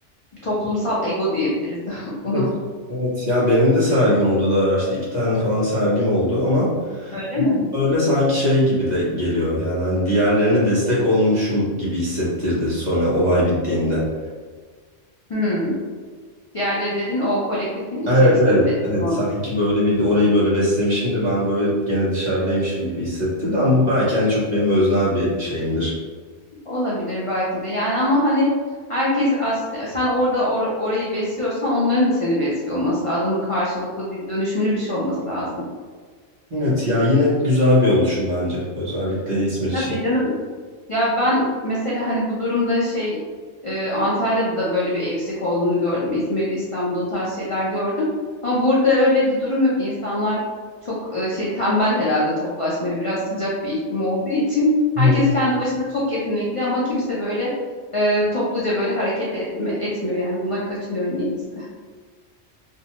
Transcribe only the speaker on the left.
toplumsal ego diyebiliriz <laughs> buna.
Öyle mi?
Hmm. Diğerleri dedin o kolektifin içerisine
mi destek
olmuş?
Olabilir belki de. Yani ama hani herkes aslında sen orada or- orayı besliyorsan onların da seni besliyor olması lazım. Bu karşılıklı bir dönüşümlü bir şey olması lazım.
Tabii canım Ya ben mesela hani bu durumda şey e, Antalya'da da böyle bir eksik olduğunu gördüm. İzmir'de, İstanbul'da o tarz şeyler gördüm. Ama burada öyle bir durum yok. İnsanlar çok e, şey tembel herhalde toplaşmaya biraz sıcak bir iklim olduğu için. Herkes
kendi başına çok yetenekli ama kimse böyle e, topluca böyle hareket etme, etmiyor yani. Bundan kaçınıyor niyeyse.